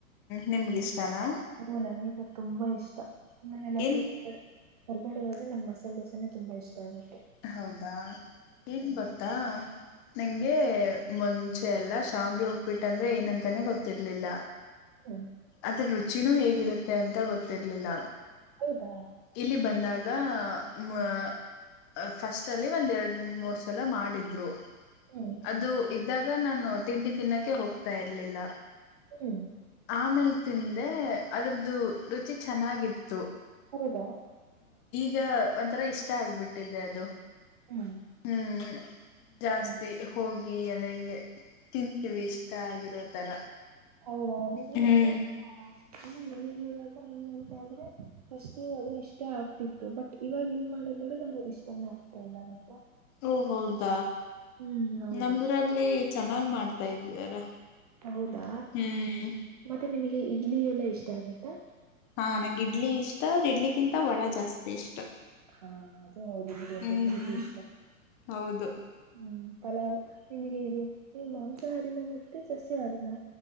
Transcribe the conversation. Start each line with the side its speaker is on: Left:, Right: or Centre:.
Left: ನಿಮ್ಗಿಷ್ಟನಾ
Right: ಹ್ಮ ನನ್ಗು ತುಂಬಾ ಇಷ್ಟ ಆಮೇಲೆ ಏನಾದ್ರು
Left: ಏನ್
Right: ಹೊರ್ ಹೊರ್ಗಡೆ ಹೊಡೀ ನಂಗ್ ಮಸಾಲ್ ದೋಸೆನೆ ತುಂಬ ಇಷ್ಟ ಆಗದ್
Left: ಹೌದಾ ಏನ್ ಬತ್ತಾ ನಂಗೆ. ಮುಂಚೆ ಎಲ್ಲ ಶಾವ್ಗೆ ಉಪ್ಪಿಟ್ಟಂದ್ರೆ ಏನಂತಾನೆ ಗೊತ್ತಿರ್ಲಿಲ್ಲ.
Right: ಹ್ಮ್
Left: ಅದ್ರು ರುಚಿನೂ ಹೇಗಿರುತ್ ತೆ ಅಂತ ಗೊತ್ತಿರ್ಲಿಲ್ಲ.
Right: ಹೌದಾ
Left: ಇಲ್ಲಿ ಬಂದಾಗ. ಮಾ. ಅ ಫಸ್ಟ್ ಅಲ್ಲಿ ಒಂದ್ ಎರಡ್ ಮೂರ್ ಸಲ ಮಾಡಿದ್ರು.
Right: ಹ್ಮ್
Left: ಅದು ಇದ್ದಾಗ್ ಗ ನಾನು ತಿಂಡಿ ತಿನ್ನಕ್ಕೆ ಹೋಗ್ತಾ ಇರ್ಲಿಲ್ಲ.
Right: ಹ್ಮ
Left: ಆಮೇಲ್ ತಿಂದೆ ಅದ್ರದು ರುಚಿ ಚೆನ್ನಾಗಿತ್
Right: ಹರದ.
Left: ಗ್ಯ ಒಂಥರ ಇಷ್ಟ ಆಗ್ಬಟ್ ಟ್ಟಿದೆ ಅದು.
Right: ಹ್ಮ್
Left: ಹ್ಮ್ ಜಾಸ್ತಿ
Right: ಹ್ಮ್
Left: ಹೋಗ್ ಗಿ ಅಂದ್ರೆ ಹಿಂಗೆ ತಿಂತೀವಿ ಇಷ್ಟ ಆಗಿರೋ ತರ.
Right: ಹೌದಣ ನೀವು
Left: ಹ್ಮ್
Right: ಅದು ಅ. ಇನ್ನ ನಮಿಗ್ ಇವಾಗ ಹೆಂಗ್ ಅಂತ ಅಂದ್ರೆ ಫಸ್ಟ್ ಅದು ಇಷ್ಟ ಆಗ್ತಿತ್ತು ಬಟ್ ಇವಾಗ ಇಲ್ ಮಾಡಿದ್ ನೋಡಿ ಅದು ಇಷ್ಟಾನೇ ಆಗ್ತಾ ಇಲ್ಲ ಗೊತ್ತಾ.
Left: ಓ ಹೌದ.
Right: ಹ್ಮ್ ಹೌದು
Left: ನಮ್ದರಲ್ಲಿ. ಚೆನ್ನಾಗ್ ಮಾಡ್ತಾ ಇದಾರೆ.
Right: ಹೌದಾ
Left: ಹ್ಮ್
Right: ಮತ್ತೆ ನಿಮಗೆ ಇಡ್ಲಿ ಎಲ್ಲಾ ಇಷ್ಟ ಆಗುತ್ತಾ.
Left: ಹಾ ನಂಗೆ ಇಡ್ಲಿ ಇಷ್ಟ ಅದ್ ಇಡ್ಲಿಗಿಂತ ವಡ ಜಾಸ್ತಿ ಇಷ್ಟ.
Right: ಹಾ ಅದೇ ಅವ್ರಿಗ್ ಇದ್
Left: ಹ್ಮ್
Right: ಅಂದ್ರೆ ಇಷ್ಟ
Left: ಹೌದು
Right: ಹ್ಮ್. ಪಲಾವು ನಿಮ್ಗೆ ಇದು ನೀವ್ ಮಾಂಸಹಾರಿನ ಮತ್ತೆ ಸಸ್ಯಹಾರಿನ.